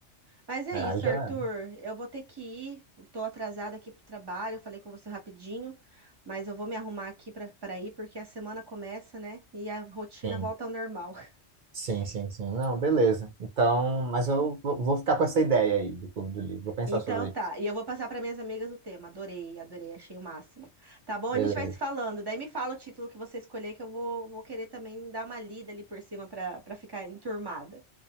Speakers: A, on the right (about 25°); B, on the right (about 55°).
A: Mas é
B: é,
A: isso,
B: aí já
A: Arthur.
B: é.
A: Eu vou ter que ir. eu Tô atrasada aqui pro trabalho. Eu falei com você rapidinho, mas eu vou me arrumar aqui para para ir porque a semana começa, né? E a rotina
B: Sim,
A: volta ao normal. <laughs>
B: sim, sim, sim. Não, beleza. Então, mas eu vou vou ficar com essa ideia aí do Clube do Livro. Vou pensar
A: Então
B: sobre
A: tá.
B: isso.
A: E eu vou passar para minhas amigas o tema. Adorei, adorei, achei o máximo. Tá bom?
B: Beleza.
A: A gente vai se falando. Daí me fala o título que você escolher que eu vou, vou querer também dar uma lida ali por cima para para ficar enturmada.